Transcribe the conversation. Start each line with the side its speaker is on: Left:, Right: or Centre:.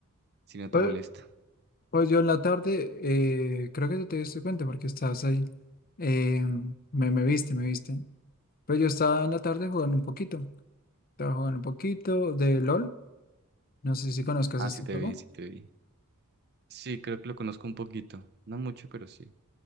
Right: si no
Left: Pues,
Right: te molesta.
Left: pues yo en la tarde, eh, creo que tú te diste cuenta porque estabas ahí. Eh, me, me viste, me viste. Pues yo estaba en la tarde jugando un poquito. Estaba jugando un poquito de LOL. No sé si conozcas
Right: Ah,
Left: este
Right: sí te
Left: juego.
Right: vi, sí te vi. Sí, creo que lo conozco un poquito. No mucho, pero sí.